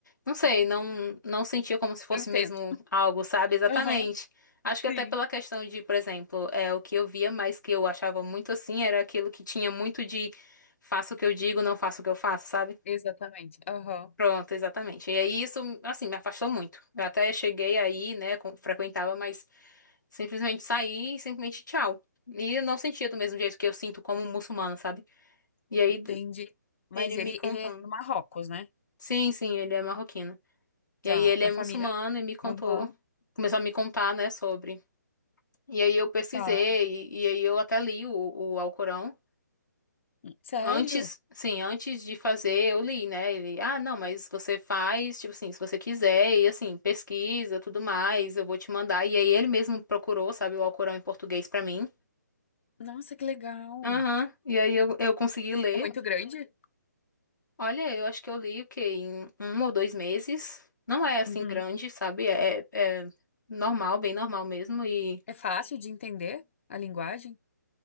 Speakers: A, on the left (about 85°); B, on the left (about 40°).
A: não sei, não não sentia como se fosse
B: eu entendo.
A: mesmo algo, sabe? Exatamente.
B: Aham,
A: Acho que até
B: sim,
A: pela questão de, por exemplo, é o que eu via, mas que eu achava muito assim, era aquilo que tinha muito de faço o que eu digo, não faço o que eu faço, sabe?
B: exatamente. Aham,
A: Pronto, exatamente. E aí isso, assim, me afastou muito. Eu até cheguei aí, né, com- frequentava, mas simplesmente saí e simplesmente tchau. E eu não sentia do mesmo jeito que eu sinto como muçulmana, sabe? E aí
B: entendi.
A: d-
B: Mas
A: ele
B: ele,
A: me contando.
B: ele é do Marrocos, né?
A: Sim, sim, ele é marroquino.
B: Tá,
A: E aí ele
B: a
A: é
B: família.
A: muçulmano e me contou,
B: Aham,
A: começou a me contar, né, sobre. E aí eu pesquisei,
B: tá.
A: e, e aí eu até li o, o Alcorão.
B: Sério?
A: Antes, sim, antes de fazer, eu li, né? Ele, ah, não, mas você faz, tipo assim, se você quiser, e assim, pesquisa, tudo mais, eu vou te mandar. E aí ele mesmo procurou, sabe, o Alcorão em português pra mim.
B: Nossa, que legal.
A: Aham, E aí eu, eu consegui ler.
B: É muito grande?
A: Olha, eu acho que eu li o quê? Em um ou dois meses. Não é assim
B: Uhum.
A: grande, sabe? É, é normal, bem normal mesmo. E
B: É fácil de entender a linguagem?